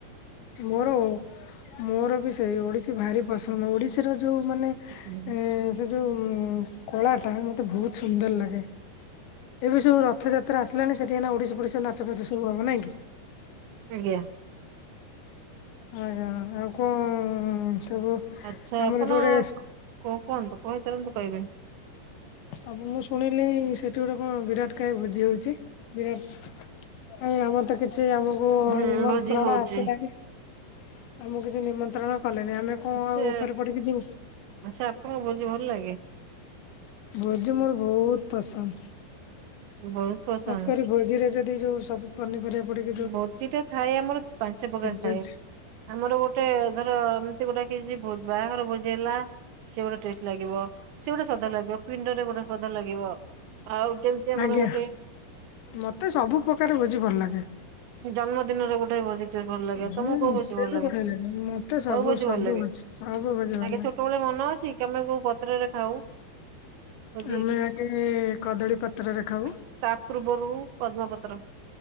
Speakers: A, on the left (about 80°); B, on the right (about 80°).
A: ମୋର ମୋର ବି ସେଇ ଓଡିଶୀ ଭାରି ପସନ୍ଦ ଓଡିଶୀର ଯୋଉ ମାନେ
B: ହୁଁ।
A: ଏ ସେ ଯୋଉ କଳା ଟା ମତେ ବହୁତ ସୁନ୍ଦର ଲାଗେ। ଏବେ ସବୁ ରଥଯାତ୍ରା ଆସିଲାଣି ସେଠି ଏଇନେ ଓଡିଶି ଫୋଡିଶି ନାଚ ଫାଚ ସବୁ ହବ ନାଇଁ କି।
B: ଆଜ୍ଞା।
A: ଆଜ୍ଞା ଆଉ କଣ ସବୁ।
B: ଆଚ୍ଛା
A: ଆମର
B: ଆପଣ
A: ଯୋଉଟେ
B: କ କୁହନ୍ତୁ କହିଚାଲନ୍ତୁ କହିବେ।
A: ଅବି ମୁଁ ଶୁଣିଲି ସେଠି ଗୋଟେ କଣ ବିରାଟ କାୟ ଭୋଜି ହଉଛି ବିରାଟ କାଇଁ ଆମର ତ କି କିଛି ଆମକୁ
B: ହୁଁ
A: ନିମନ୍ତ୍ରଣ
B: ଭୋଜି ହଉଛି
A: ଆସିଲାନି ଆମକୁ କିଛି ନିମନ୍ତ୍ରଣ କଲେନି ଆମେ କଁ
B: ଆଚ୍ଛା
A: ଆଉ ଉପରେ ପଡିକି ଯିବୁ।
B: ଆଚ୍ଛା ଆପଣଙ୍କୁ ଭୋଜି ଭଲ ଲାଗେ।
A: ଭୋଜି ମୋର ବହୁତ ପସନ୍ଦ୍।
B: ବହୁତ ପସନ୍ଦ।
A: ଖାସ କରି ଭୋଜିରେ ଯଦି ଯୋଉ ସବୁ ପନିପରିବା ପଡେ
B: ଭୋଜି ଟା ଥାଏ ଆମର ପାଞ୍ଚ ପ୍ରକାର ଥାଏ।
A: ଭେଜ
B: ଆମର ଗୋଟେ ଧର ଏମିତି ଗୋଟେ କିଛି ଭୋଜ୍‌ ବାହାଘର ଭୋଜି ହେଲା। ସେ ଗୋଟେ ଟେଷ୍ଟ ଲାଗିବ ସେ ଗୋଟେ ସ୍ୱାଦ ଲାଗିବ। ପିଣ୍ଡରେ ଗୋଟେ ସଧ ଲାଗିବ ଆଉ ଯେମିତି ଆମର
A: ଆଜ୍ଞା
B: ଗୋଟେ।
A: ମତେ ସବୁ ପ୍ରକାର ଭୋଜି ଭଲ ଲାଗେ।
B: ଜନ୍ମଦିନରେ ଗୋଟେ ଭୋଜି ଟେ ଭଲ ଲାଗେ
A: ହୁଁ
B: ତମକୁ କୋଉ ଭୋଜି
A: ସିଏ
B: ଭଲ
A: ବି
B: ଲାଗେ
A: ବଢିଆ
B: ସବୁ
A: ମତେ
B: ଭୋଜି
A: ସବୁ
B: ଭଲ ଲାଗେ।
A: ଭୋଜି ସବୁ ଭୋଜି ଭଲ
B: ଆଜ୍ଞା
A: ଲାଗେ।
B: ଛୋଟବେଳେ ମନ ଅଛି କି ଆମେ କୋଉ ପତ୍ରରେ ଖାଉ? ଭୋଜି
A: ଆମେ ଆଗେ କଦଳୀ ପତ୍ରରେ
B: <inaudible>
A: ଖାଉ
B: ତା ପୂର୍ବରୁ ପଦ୍ମପତ୍ର।